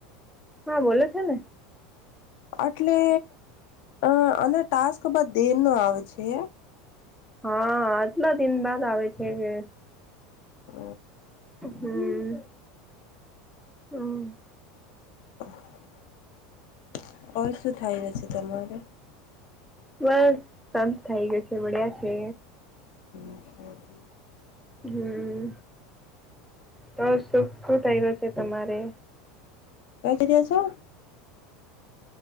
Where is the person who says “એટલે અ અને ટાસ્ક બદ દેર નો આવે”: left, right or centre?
Left